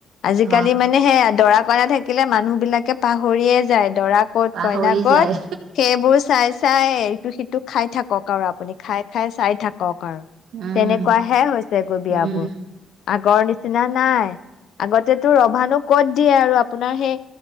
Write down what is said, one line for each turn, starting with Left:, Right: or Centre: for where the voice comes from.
Left: আজি
Right: হয়
Left: কালি মানে সেয়ে দৰা পায় থাকিলে মানুহ বিলাকে পাহৰিয়ে যায়। দৰা কত
Right: পাহৰি
Left: কইনা কত
Right: যায়
Left: সেইবোৰ চাই চাইয়ে, ইটো সেইটো খাই থাকক আৰু আপুনি খাই খাই চাই থাকক
Right: উম
Left: তেনেকুৱা হে হৈছে গৈ বিয়া
Right: উম
Left: বোৰ আগৰ নিচিনা, নিচিনা নাই আগতেতো ৰভানো ক'ত দিয়ে আৰু আপোনাৰ সেই